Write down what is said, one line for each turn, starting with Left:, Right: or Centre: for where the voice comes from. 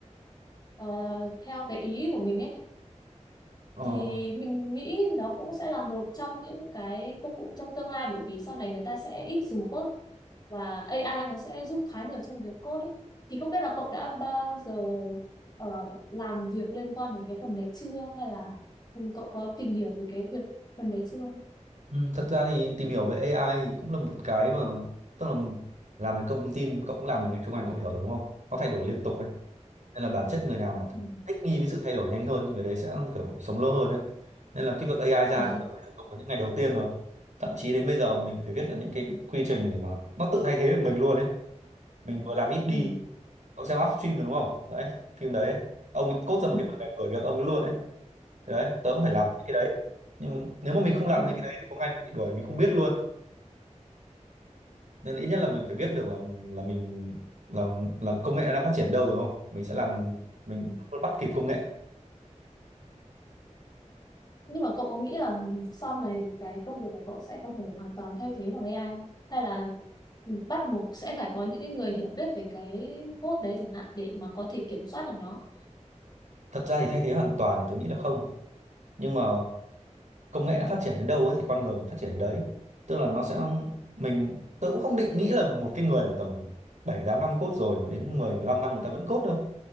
Left: ờ, theo cái ý của mình ấy
Right: ờ.
Left: thì mình nghĩ đó cũng sẽ là một trong những cái công cụ trong tương lai bởi vì sau này người ta sẽ ít dùng code và AI nó sẽ giúp khá nhiều trong việc code ấy. Thì không biết là cậu đã bao giờ ờ, làm việc liên quan đến cái phần đấy chưa hay là ừ, cậu có tìm hiểu về cái việc phần đấy chưa?
Right: ừ, thật ra thì tìm hiểu về AI thì cũng là một cái mà tức là làm về công nghệ thông tin cậu cũng làm về ngành- trong ngành cậu hiểu rồi đúng không nó thay đổi liên tục nên là bản chất người nào mà
Left: Ừ.
Right: thích nghi với sự thay đổi nhanh hơn thì người đấy sẽ kiểu sống lâu hơn đấy nên là cái việc AI ra
Left: Ừ.
Right: thì cũng phải sử dụng từ những ngày đầu tiên rồi thậm chí đến bây giờ mình phải viết là những cái quy trình để mà nó tự thay thế được mình luôn đấy mình vừa làm ít đi
Left: Ừ.
Right: cậu xem Upstream rồi đúng không đấy phim đấy ấy. ông ấy cốt ra một
Left: Ừ.
Right: cái phần mềm đuổi việc ông ấy luôn đấy thế đấy tớ cũng phải làm những cái đấy nhưng mà nếu mà mình không làm
Left: Ừ.
Right: những cái đấy thì có ngày mình bị đuổi mình không biết luôn nên là ít nhất là mình phải biết được là là mình là là công nghệ nó đang phát triển đâu rồi không mình sẽ làm mình
Left: Ừ.
Right: bắt kịp công nghệ
Left: Nhưng mà cậu có nghĩ là sau này cái công việc của cậu sẽ có thể hoàn toàn thay thế bằng AI không? hay là bắt buộc sẽ phải có những cái người hiểu biết về cái code đấy chẳng hạn để mà có thể kiểm soát được nó.
Right: thật ra thì thay thế hoàn toàn thì tôi nghĩ là không nhưng mà công nghệ nó phát triển đến đâu ấy thì con người mình phát triển đến đấy tức là nó sẽ mình tôi cũng không định nghĩ là một cái người mà tầm 7 8 năm cốt rồi mà đến mười 15 năm người ta vẫn cốt đâu